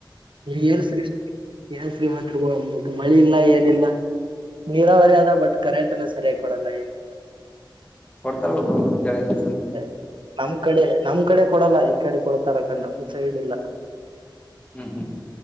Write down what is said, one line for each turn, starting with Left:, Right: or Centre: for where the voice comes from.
Right: ನೀ ಏನ್ ಸರಿ ಏನ ಶ್ರೀಮಂತ ಬ್ರ ಮಳಿ ಇಲ್ಲ ಏನಿಲ್ಲ. ನೀರಾವರಿ ಅದ ಬಟ್ ಕರೆಂಟ್ನ ಸರಿಯಾಗಿ ಕೊಡಲ್ಲ ಏನಿಲ್ಲ.
Left: ಕೊಡ್ತಾರ ಬ್ರ ಮುಂಜಾಳೆ ಎದ್ದ
Right: ಎ ನಮ್ಮ ಕಡೆ ನಮ್ಮ ಕಡೆ ಕೊಡಲ್ಲ ಈ ಕಡೆ ಕೊಡ್ತಾರ ಅಕ ನಮ ಸೈಡ್ ಇಲ್ಲ.
Left: ಹ್ಮ ಹ್ಮ